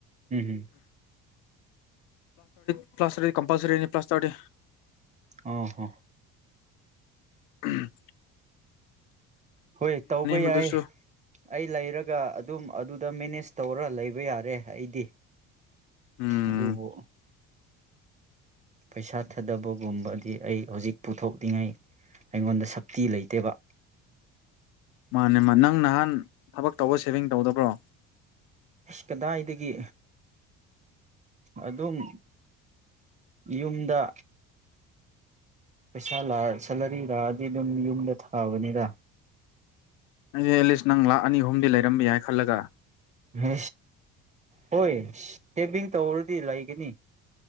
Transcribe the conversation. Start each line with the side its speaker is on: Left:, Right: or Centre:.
Right: ꯎꯝ ꯎꯝ
Left: ꯄ꯭ꯂꯥꯁ ꯊꯔꯇꯗꯤ ꯀꯝꯄꯜꯁꯔꯤꯅꯤ ꯄ꯭ꯂꯥꯁ ꯊꯔꯇꯗꯤ
Right: ꯑ ꯍ
Left: ꯎꯝ
Right: ꯍꯣꯏ ꯇꯧꯕ
Left: ꯃꯗꯨꯁꯨ
Right: ꯌꯥꯏ ꯑꯩ ꯂꯩꯔꯒ ꯑꯗꯨꯝ ꯑꯗꯨꯗ ꯃꯦꯅꯦꯖ ꯇꯧꯔ ꯂꯩꯕ ꯌꯥꯔꯦ ꯑꯩꯗꯤ
Left: ꯎꯝ
Right: ꯑꯗꯨꯕꯨ
Left: <inaudible>
Right: ꯄꯩꯁꯥ ꯊꯥꯗꯕꯒꯨꯝꯕꯗꯤ ꯑꯩ ꯍꯧꯖꯤꯛ ꯄꯨꯊꯣꯛꯂꯤꯉꯩ ꯑꯩꯉꯣꯟꯗ ꯁꯛꯇꯤ ꯂꯩꯇꯦꯕ
Left: ꯃꯥꯅꯦ ꯃꯥ ꯅꯪ ꯅꯍꯥꯟ ꯊꯕꯛ ꯇꯧꯕ ꯁꯦꯚꯤꯡ ꯇꯧꯗꯕ꯭ꯔꯣ
Right: ꯀꯗꯥꯏꯗꯒꯤ ꯑꯗꯨꯝ ꯌꯨꯝꯗ ꯄꯩꯁꯥ ꯁꯦꯂꯔꯤ ꯂꯥꯛꯑꯗꯤ ꯑꯗꯨꯝ ꯌꯨꯝꯗ ꯊꯥꯕꯅꯤꯔ
Left: <unintelligible> ꯑ ꯑꯦꯂꯤꯁ ꯅꯪ ꯂꯥꯛ ꯑꯅꯤ ꯑꯍꯨꯝꯗꯤ ꯂꯩꯔꯝꯝꯕ ꯌꯥꯏ ꯈꯜꯂꯒ
Right: ꯁ ꯍꯣꯏ ꯇꯦꯕꯤꯡ ꯇꯧꯔꯗꯤ ꯂꯩꯒꯅꯤ